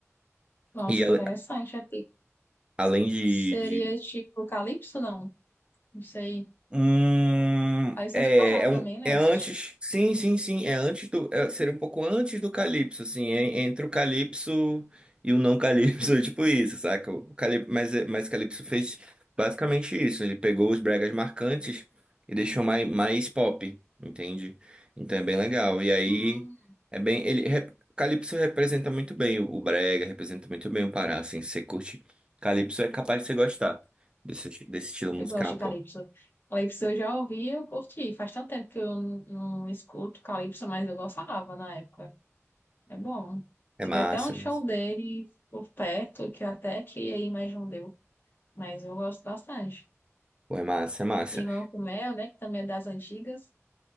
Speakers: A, on the left; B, on the right.
A: Nossa,
B: E a-
A: interessante. É tipo...
B: além de,
A: Seria tipo Calypso, não? Não sei.
B: Hum,
A: Aí você
B: é,
A: é do Pará
B: é,
A: também,
B: um-
A: né?
B: é antes.
A: Eu acho.
B: Sim, sim, sim. É antes do. é- seria um pouco antes do Calypso, assim. é entre o Calypso e o não Calypso, <laughs> é tipo isso, saca? O Calyp- mas, é- mas o Calypso fez basicamente isso. Ele pegou os bregas marcantes e deixou mais, mais pop, entende? Então é bem legal. E aí
A: Hum,
B: é bem. Ele, rep- Calypso representa muito bem o, o brega, representa muito bem o Pará, assim. Se você curte Calypso, é capaz de você gostar desse, desse estilo musical,
A: eu gosto de
B: pô.
A: Calypso. Calypso eu já ouvi, eu curti. Faz tanto tempo que eu não não escuto Calypso, mas eu gostava na época. É bom.
B: É
A: Tive
B: massa,
A: até um show
B: mas...
A: dele por perto, que eu até queria ir, mas não deu. Mas eu gosto bastante.
B: Pô, é massa, é massa.
A: Limão com mel, né? Que também é das antigas.